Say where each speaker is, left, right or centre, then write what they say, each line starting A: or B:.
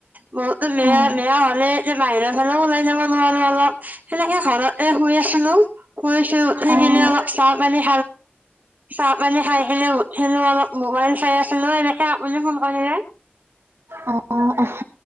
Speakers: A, on the right; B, on the right.
A: বহুতো বেয়া,
B: অ'
A: বেয়া হলে, এতিয়া বাহিৰৰ ফালেও ওলাই যাব নোৱাৰো অলপ সেনেকে ঘৰতে শুই আছিলো। শুইছিলো সি আহিলে‌
B: অ'
A: চাহ পানী চাহপানী খাই কিনে উঠিলো, অলপ মোবাইল চাই আছিলো, এনেকে বুলি ফোন কৰিলে।
B: অ', অ', অহ।